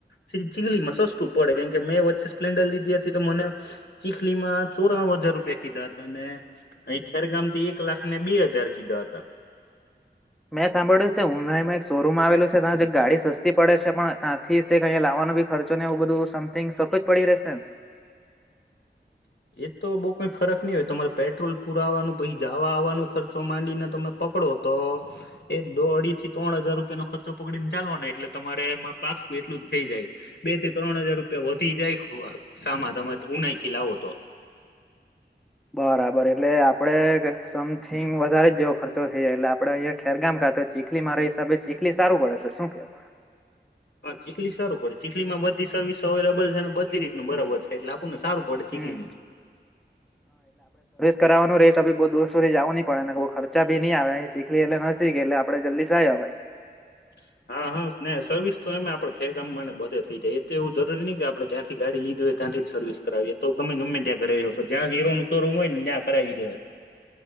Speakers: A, on the left; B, in the centre.
A: ચીગલી મસા. સસ્તું પડે. કેમ કે મેં વચ્ચે સ્પ્લેન્ડર લીધી હતી તો, મને ચીખલીમાં ચોરાણું હજાર રૂપિયા કીધા હતા. અને અહી ખેરગામથી એક લાખને બે હજાર કીધા હતા.
B: મેં સાંભળ્યું છે. હું નામાં એક સો રૂમ આવેલું છે ત્યાં ગાડી સસ્તી પડે છે. પણ ત્યાંથી કહીયા લાવવાનો બ ખર્ચ ને એવ બધું સમથિંગ સરું. પડી રહેશે.
A: <inaudible> એ તો બઉ કઈ ફરક નહી હોય. તમારે પેટ્રોલ પૂરા આવવાનું પછી જવા આવવાનો ખર્ચો માંડીને તમે. પકડો તો એ દો અઢી થી ત્રણ હજાર રૂપિયા નો ખર્ચો પકડી ને ચાલવાનો. એટલે તમારે એમાં પાક એટલું જ થઈ જાય. બે થી ત્રણ હજાર રૂપિયા વધી જાય સામાં તમે ઉનાખથી લાવો. તો
B: બરાબર. એટલે આપડે સમથિંગ વધારે જ જેવો ખર્ચો થઇ જાય. એટલે આપડે અહીયાયા ખેરગામ. તો ચીખલી મારા હિસાબે ચીખલી સારું પડે છે. શું કેવું?
A: હા! ચીખલી સારું પડે. ચીખલી માં બધી સર્વિસ અવેલેબલ છે. ને બધી રીતનું બરાબર છે. એટલે આપુંને સારું પડે ચીખલીમાં.
B: હમ કરનું રે તોી બઉુ દોસ્ સુધથી જવું ન પે ને ખર્ચાી નઈ આવે એ શીખલી એટલે શીખે એટલે આપણે જલ્દી જાય ભાઈ.
A: <inaudible> હા હા ને સર્વિસ તો એમ આપડે ખેરકામ માં બધે થઈ જાય એલે એવું જરૂરી નહી કે આપણેે જયાંથી ગાડી લીધી ત્યાંથી જ સર્વિસ કરાવીએ તો ગમે ગમે ત્યાં કરાવી આવશો જ્યાં હીરોનું શોરૂમ હોય ને ત્યાં કરાવી દેવાય. <inaudible>